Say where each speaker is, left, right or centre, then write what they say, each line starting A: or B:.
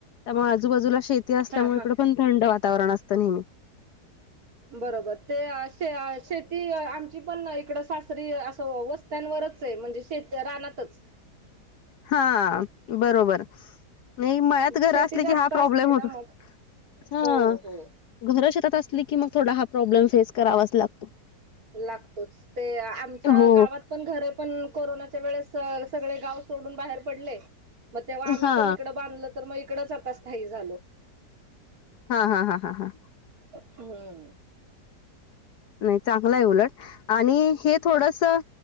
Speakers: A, on the left; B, on the right.
A: त्यामुळं आजूबाजूला शेती असल्यामुळं
B: हा
A: इकडं
B: हा
A: पण थंड वातावरण असतं नेहमी.
B: बरोबर ते शेती आमची पण, इकड सासरी असं व त्यांनवरच ये म्हणजे, शेत रानातच.
A: हां बरोबर. नयी मळ्यात घर
B: शेती
A: असले
B: जास्त
A: की, हा
B: असते
A: प्रॉब्लेम होतो
B: ना मग
A: हा.
B: हो हो
A: घर शेतात असली की मग, थोडा हा प्रॉब्लेम फेस करावाच लाग
B: लागतोच ते आमचं
A: हो.
B: गावात. पण घरे पण कोरोनाच्या वेळेस सगळे, गाव सोडून बाहेर पडले. मग तेव्हा आम्ही
A: हा
B: पण इकडं बांधल तर मग, इकडचं आता स्थायीक झालो.
A: हा हा हा हा हा.
B: अहं.
A: नाही चांगलं आहे उलट, आणि हे थोडंसं.